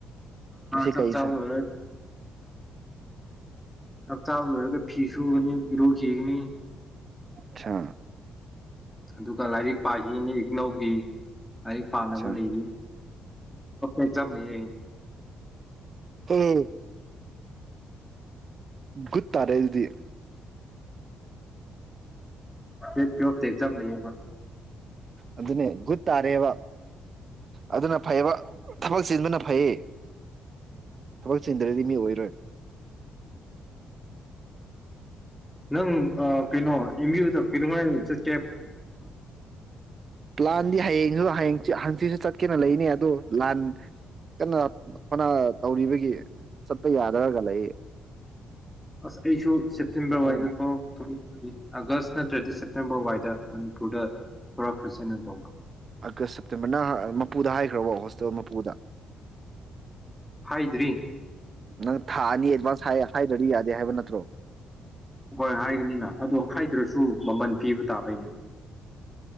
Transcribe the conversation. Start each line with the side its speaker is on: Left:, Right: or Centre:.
Right: ꯉꯁꯤ
Centre: ꯆꯥꯛ
Right: ꯀꯩ
Centre: ꯆꯥꯕ
Right: ꯏꯟꯁꯥꯡ
Centre: ꯂꯣꯏꯔ <unintelligible> ꯆꯥꯛꯆꯥꯕ ꯂꯣꯏꯔꯒ ꯐꯤ ꯁꯨꯒꯅꯤ ꯏꯔꯨꯈꯤꯒꯅꯤ
Right: ꯑꯠꯁꯥ
Centre: ꯑꯗꯨꯒ ꯂꯥꯏꯔꯤꯛ ꯄꯥꯈꯤꯅꯤ ꯏꯅꯧꯒꯤ ꯂꯥꯏꯔꯤꯛ ꯄꯥꯅꯕ
Right: ꯑꯠꯁꯥ
Centre: ꯂꯩꯔꯤ ꯑꯦꯛꯖꯝ ꯂꯩꯌꯦ
Right: ꯎꯝ ꯒꯨꯠ ꯇꯥꯔꯦ ꯑꯗꯨꯗꯤ
Centre: ꯇ꯭ꯋꯦꯜ ꯑꯦꯛꯖꯝ ꯂꯩꯦꯕ
Right: ꯑꯗꯨꯅꯦ ꯒꯨꯠ ꯇꯥꯔꯦꯕ ꯑꯗꯨꯅ ꯐꯩꯌꯦꯕ ꯊꯕꯛ ꯆꯤꯟꯕꯅ ꯐꯩꯌꯦ ꯊꯕꯛ ꯆꯤꯟꯗ꯭ꯔꯗꯤ ꯃꯤ ꯑꯣꯏꯔꯣꯏ
Centre: ꯅꯪ ꯑ ꯅꯪ ꯑꯦꯝ ꯌꯨꯗ ꯀꯩꯗꯧꯉꯩ ꯆꯠꯅꯤ
Right: ꯄ꯭ꯂꯥꯟꯗꯤ ꯍꯌꯦꯡꯁꯨ ꯍꯪꯆꯤꯠꯁꯨ ꯆꯠꯀꯦꯅ ꯂꯩꯅꯦ ꯑꯗꯨꯗꯣ ꯂꯥꯟ ꯀꯟꯅ ꯍꯣꯠꯅ ꯇꯧꯔꯤꯕꯒꯤ ꯆꯠꯄ ꯌꯥꯗꯔꯒ ꯂꯩ
Centre: ꯑꯁ ꯑꯩꯁꯨ ꯁꯦꯞꯇꯦꯝꯕꯔ
Right: ꯍꯣꯏ
Centre: ꯋꯥꯏꯗ ꯊꯣꯛꯂꯛ ꯑꯥꯒꯁ ꯅꯠꯇ꯭ꯔꯗꯤ ꯁꯦꯞꯇꯦꯝꯕꯔ ꯑꯗꯨꯋꯥꯏꯗ ꯃꯅꯤꯄꯨꯔꯗ ꯊꯣꯔꯛꯈ꯭ꯔꯁꯦꯅ ꯇꯧꯕ
Right: ꯑꯥꯒꯁ ꯁꯦꯞꯇꯦꯝꯕꯔꯅ ꯃꯄꯨꯗ ꯍꯥꯏꯈ꯭ꯔꯕꯣ ꯍꯣꯁꯇꯦꯜ ꯃꯄꯨꯗ
Centre: ꯍꯥꯏꯗ꯭ꯔꯤ
Right: ꯅꯪ ꯊꯥ ꯑꯅꯤ ꯑꯦꯗꯚꯥꯟꯁ ꯍꯥꯏꯗ꯭ꯔꯗꯤ ꯌꯥꯗꯦ ꯍꯥꯏꯕ ꯅꯠꯇ꯭ꯔꯣ
Centre: ꯍꯣꯏ ꯍꯥꯏꯒꯅꯤꯅ ꯑꯗꯣ ꯍꯥꯏꯗ꯭ꯔꯁꯨ ꯃꯃꯜ ꯄꯤꯕ ꯇꯥꯕꯩꯅꯦ